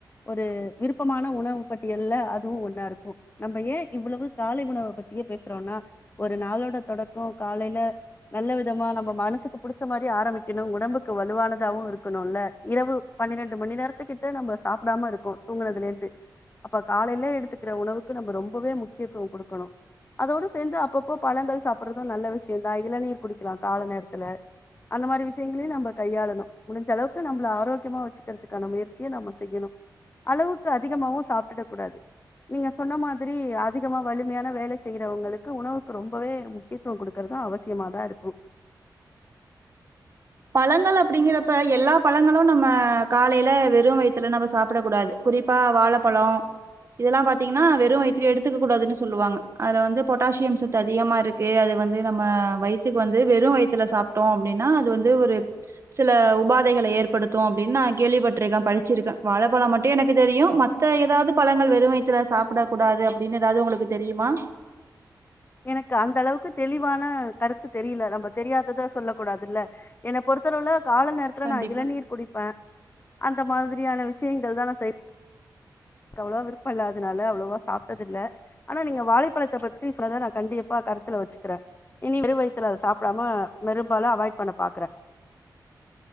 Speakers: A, on the left; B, on the right.
A: ஒரு விருப்பமான உணவு பட்டியல்ல அதுவும் ஒன்னா இருக்கும் நம்ம ஏன் இவ்வளவு காலை உணவை பத்தியே பேசுறோம்னா ஒரு நாளோட தொடக் காலையில நல்ல விதமா நம்ம மனசுக்கு புடிச்ச மாரி ஆரம்பிக்கணும் உடம்புக்கு வலுவானதாவும் இருக்கணும்ல்ல இரவு பன்னிரெண்டு மணி நேரத்துக்கிட்ட நம்ம சாப்படாம இருக்க தூங்றகுதுல இருந்து அப்ப காலையில எடுத்துக்கிற உணவுக்கு நம்ம ரொம்பவே முக்கியத்துவம் கொடுக்கணும் அதோடு சேர்ந்து அப்பப்போ பழங்கள் சாப் சாப்புறதும் நல்ல விஷயம்ந்தான் இளநீர் குடிக்கலாம் கால நேரத்துல அந்த மாரி விஷயங்களையும் நம்ம கையாளணும் முடிஞ்சளவுக்கு நம்மளை ஆரோக்கியமாக வச்சுக்கிறதுக்கான முயற்சியை நம்ம செய்யணும் அளவுக்கு அதிகமவும் சாப்பட்டுட கூடாது நீங்க சொன்ன மாதரி அதிகமா வலிமையான வேல செய்யிறவங்களுக்கு உணவுக்கு ரொம்பவே முக்கியத்துவம் கொடுக்கறதும் அவசியமாதா இருக்கும்
B: பழங்கள் அப்டிங்கிறப்ப எல்லா பழங்களும் நம்ம காலைல வெறும் வயித்துல நம்ம சாப்பட கூடாது குறிப்பா வாழப்பழம் இதெல்லாம் பாத்தீங்கன்னா வெறும் வயித்துல எடுத்துக்க கூடாதுன்னு சொல்லுவாங்க அதுல வந்து பொட்டாசியம் சத்து அதிகமா இருக்கு அது வந்து நம்ம வயித்துக்கு வந்து வெறும் வயித்துல சாப்பட்டோம் அப்டின்னா அது வந்து இதுஒரு சில உபாதைகளை ஏற்படுத்தும் அப்டின்னு நான கேள்விப்பட்டிருக்கேன் படிச்சிருக்கேன் வாழை பழம் மட்டும் எனக்கு தெரியும் மத்த ஏதாவது பழங்கள் வெறுவைத்துல சாப்பட கூடாது அப்டின்னு ஏதாவது உங்களுக்கு தெரியுமா
A: எனக்கு அந்த அளவுக்கு தெளிவான கருத்து தெரியல நம்ம தெரியாதத சொல்ல கூடாதுல்ல என்ன பொறுத்தளவுல கால நேரத்துல
B: கண்டிப்பா
A: நான் இளநீர் குடிப்பேன் அந்த மாரியான விஷயங்கள் தான் நான் செய் க்கு அவ்ளவா விருப்பம் இல்லாததுனால அவ்வளவா சாப்ட்டது இல்ல ஆனா நீ வாழைப்பழத்தை பத்தி சொன்னதை நான் கண்டிப்பா கருத்துல வச்சுக்கிறேன் இனி வெரு வயத்துல அத சாப்படாம வெரும்பால அவாய்ட் பண்ண பாக்குறேன்